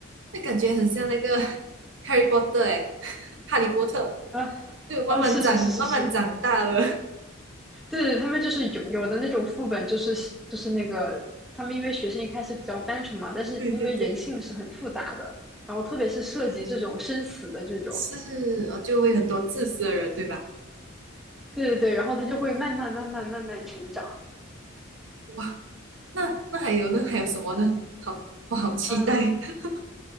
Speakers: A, on the right (about 70°); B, in the centre.
A: 那感觉很像那个 <laughs> Harry Potter 哎，<laughs> 哈利波特，
B: 啊。
A: 对，慢慢长，
B: 哦，是是是是是，
A: 慢慢长大了，
B: 对，对，他们就是有有的那种副本，就是就是那个他们因为学生一开始比较单纯嘛，
A: <laughs>
B: 但是因为人性是很复杂的，
A: 对对对，
B: 然后特别是涉及这种生死的这种，
A: 是，呃，就会很多自私的人，对吧？
B: 对对对，然后他就会慢慢慢慢慢慢成长。
A: 哇，那那还有呢？还有什么呢？好，我好期待。
B: 嗯，
A: <laughs>